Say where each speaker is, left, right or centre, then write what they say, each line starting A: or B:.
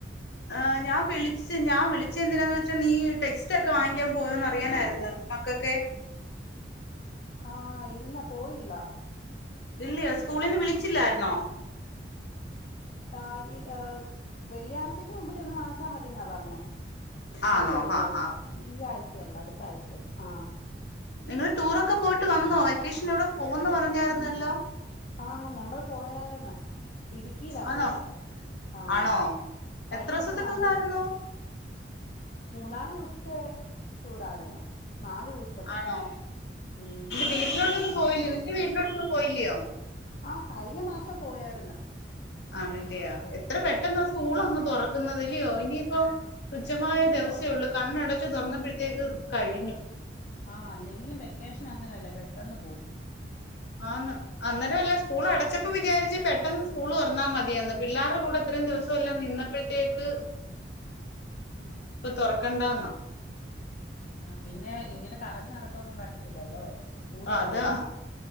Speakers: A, on the left; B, on the left.
A: ആഹ്. ഞാൻ വിളി ച്ച്. ഞാൻ വിളിച്ചത് എന്തിനാന്ന് വെച്ച നീ ടെക്സ്റ്റ് ഒക്കെ വാങ്ങിക്കാൻ പോയൊ ന്നറിയാനാര്ന്ന്. മക്കക്കേയ്.
B: ആഹ്. ഇല്ല പോയില്ല
A: ഇല്ലയോ സ്കൂളിന്ന് വിളിച്ചില്ലായിരുന്നോ
B: ആ ഈ വെള്ളിയാഴ്ചയ്ക്ക് മുമ്പ് ചെന്ന് വാങ്ങിച്ചാ മതിന്നാ പറഞ്ഞേ അടുത്ത
A: ആണോ
B: വെള്ളിയാഴ്ച
A: ആഹ് ആഹ്
B: ഈ ആഴ്ചയല്ല അടുത്ത ആഴ്ച ആഹ്
A: നിങ്ങള് ടൂറൊക്കെ പോയിട്ട് വന്നോ വെക്കേഷന് എവിടെ പോന്ന് പറഞ്ഞായിരുന്നല്ലോ
B: ആഹ് ഞങ്ങള് പോയാരുന്നു ഇടുക്കിയിലാ
A: ആന്നോ
B: പോയേ ആഹ്
A: ആണോ
B: കഴിഞ്ഞ
A: എത്ര ദിവസത്തെ
B: ദിവസം വന്നേ
A: ടൂറായിരുന്നു
B: ഉള്ളൂ മൂന്നാല് ദിവസത്തെ ടൂർ ആയിരുന്നു നാലു ദിവസം
A: ആണോ
B: ഉം
A: വീട്ടിലോട്ടൊന്നും പോയില്ലേ നിന്റെ വീട്ടിലോട്ടൊന്നും പോയില്ലയോ
B: ആഹ് കഴിഞ്ഞ മാസം പോയായിരുന്ന്
A: ആണല്ലയ എത്ര പെട്ടെന്നാ സ്കൂൾ അങ്ങ് തുറക്കുന്നതില്യോ ഇനി ഇപ്പൊ
B: ആ
A: തുച്ഛമായ
B: ഒന്ന്
A: ദിവസേള്ളൂ
B: തൊ
A: കണ്ണടച്ചു തൊറന്നപ്പോഴത്തേക്ക് കഴിഞ്ഞു
B: ആഹ് അല്ലെങ്കിലും വെക്കേഷൻ അങ്ങന അല്ലേ പെട്ടന്ന് പോവും
A: ആന്ന് അന്നേരമല്ല സ്കൂൾ അടച്ചപ്പോ വിചാരിച്ച് പെട്ടെന്ന് സ്കൂൾ തുറന്നാ മതിയന്ന് പിള്ളേരുടെ കൂടെ ഇത്രയും ദിവസം നിന്നട്ട് അപ്പോഴത്തേക്ക്
B: ആഹ്
A: ഇപ്പൊ തൊറക്കണ്ടാന്നാ
B: ആഹ് പിന്നെ ഇങ്ങനെ കറങ്ങി നടക്കൊന്നും പറ്റത്തില്ലല്ലോ സ്കൂള്
A: ആഹ്
B: തുറന്ന്
A: അതാ
B: കഴിഞ്ഞാ.